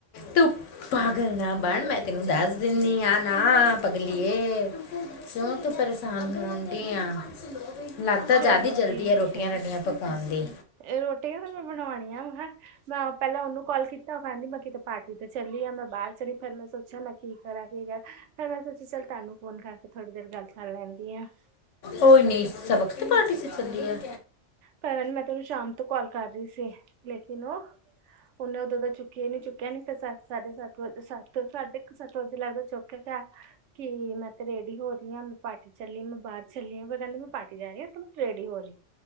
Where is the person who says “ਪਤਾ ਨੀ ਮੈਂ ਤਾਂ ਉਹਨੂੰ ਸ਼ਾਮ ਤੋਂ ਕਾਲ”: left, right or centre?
Right